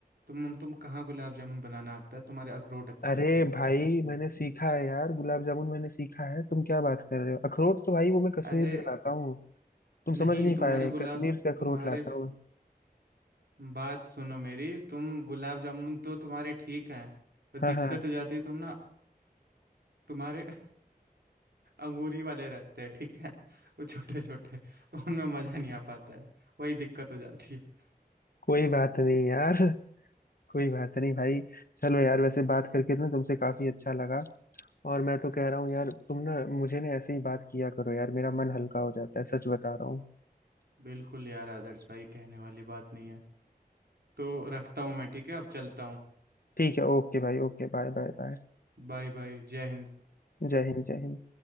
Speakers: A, on the right; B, on the left.
A: तुम तुम कहाँ गुलाब जामुन बनाना आता है तुम्हारे अखरोट अच्छे
B: अरे
A: होते हैं
B: भाई
A: तुम-
B: मैंने सीखा है यार गुलाब जामुन मैंने सीखा है तुम क्या बात कर रहे हो अखरोट तो भाई वो मैं कश्मीर
A: अरे
B: से लाता हूँ तुम
A: नहीं
B: समझ नहीं
A: तुम्हारे
B: पाए
A: गुलाब
B: कश्मीर से अखरोट
A: तुम्हारे
B: लाता
A: गु-
B: हूँ
A: बात सुनो मेरी तुम गुलाब जामुन तो तुम्हारे ठीक हैं पर
B: हाँ
A: दिक्कत
B: हाँ
A: हो जाती है तुम ना तुम्हारे अंगूरी वाले रहते हैं ठीक है वो छोटे छोटे तो उनमें मजा नहीं आ पाता है वही दिक्कत हो जाती है
B: कोई बात नहीं यार कोई बात नहीं भाई चलो यार वैसे बात करके ना तुमसे काफी अच्छा लगा और मैं तो कह रहा हूँ यार तुम ना मुझे ना ऐसे ही बात किया करो यार मेरा मन हल्का हो जाता है सच बता रहा हूँ
A: बिल्कुल यार आदर्श भाई कहने वाली बात नहीं है तो रखता हूँ मैं ठीक है अब चलता हूँ
B: ठीक है ओके भाई ओके बाय बाय बाय
A: बाय बाय जय हिंद
B: जय हिंद जय हिंद